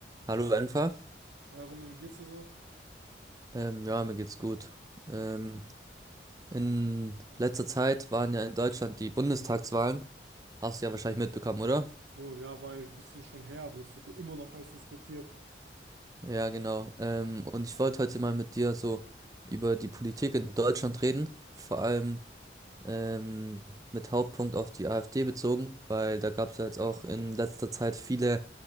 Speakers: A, on the right (about 20°); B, on the right (about 85°).
A: Hallo Enfer,
B: Hi Romeo, wie geht's dir so?
A: ähm, ja, mir geht's gut. Ähm, in letzter Zeit waren ja in Deutschland die Bundestagswahlen. Hast du ja wahrscheinlich mitbekommen, oder?
B: Oh ja, weil ein bisschen schon her, aber es wird ja immer noch heiß diskutiert.
A: Ja, genau. Ähm, und ich wollte heute mal mit dir so über die Politik in Deutschland reden, vor allem ähm, mit Hauptpunkt auf die AfD bezogen, weil da gab es ja jetzt auch in letzter Zeit viele